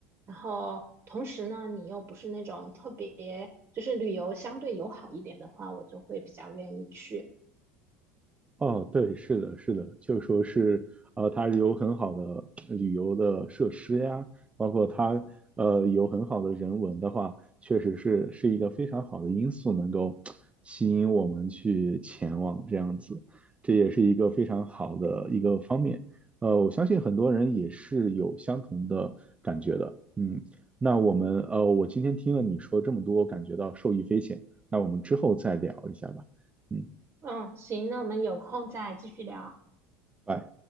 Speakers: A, on the right; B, on the right.
A: 然后同时呢，你又不是那种特别，就是旅游相对友好一点的话，我就会比较愿意去。
B: 哦，对，是的，是的，就说是，呃，它有很好的旅游的设施呀，包括它，呃，有很好的人文的话，确实是是一个非常好的因素，能够吸引我们去前往这样子，这也是一个非常好的一个方面。呃，我相信很多人也是有相同的感觉的。嗯，那我们，呃，我今天听了你说这么多，感觉到受益匪浅。那我们之后再聊一下吧。嗯，
A: 嗯，行，那我们有空再继续聊。
B: 拜。